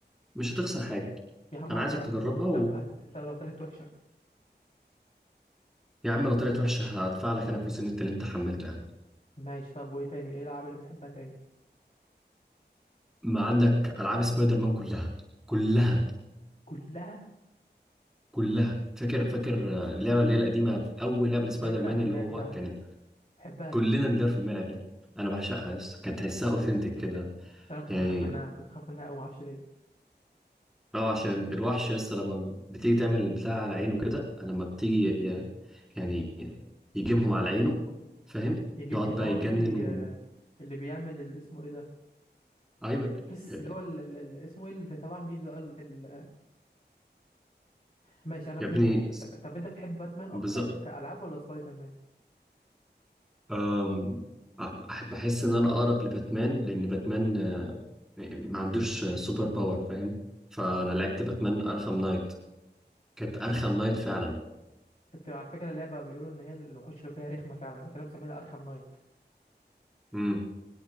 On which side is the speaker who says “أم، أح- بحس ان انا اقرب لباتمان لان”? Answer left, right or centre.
Centre